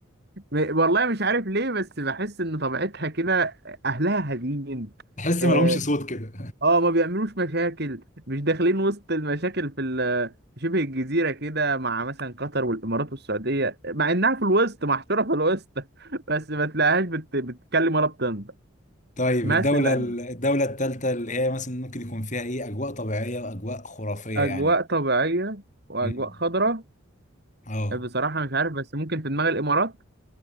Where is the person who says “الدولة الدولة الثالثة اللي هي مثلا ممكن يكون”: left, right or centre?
Left